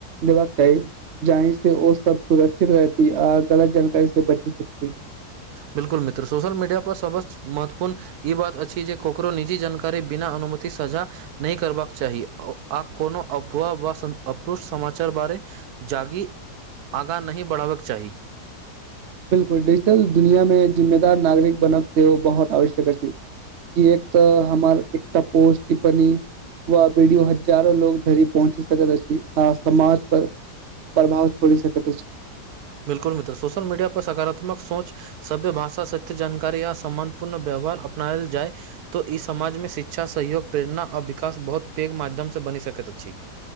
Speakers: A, on the right; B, on the right.
A: देबाक चाही जाहि से ओ सब सुरक्षित रहती आ गलत जानकारी से बचि सकती
B: बिल्कुल मित्र सोशल मीडिया पर सभसँ महत्वपूर्ण ई बात अछि जे ककरो निजी जानकारी बिना अनु मति साझा नहि करबाक चाही आ कोनो अफवाह वा अपप्रुष्ट समाचार बारे जागी आगाँ नहि बढ़ाबक चाही
A: बिलकुल डिजिटल दुनिया मे जिम्मेदार नागरिक बनब सेहो बहुत आवश्यक अछि कियक तऽ हमर एकटा पोष्ठ टिप्पणी व वीडियो हजारो लोग धरी पहुँची सकैत अछि आ समाज पर प्रभाव छोड़ि सकैत छै
B: बिल्कुल मित्र सोशल मीडिया पर सकारात्मक सोच सभ्य भाषा सत्य जानकारी या सम्मानपूर्ण व्य वहार अपनायल जाय त ई समाजमे शिक्षा सहयोग प्रेरणा आ विकास बहुत पैघ माध्यम से बनि सकैत अछि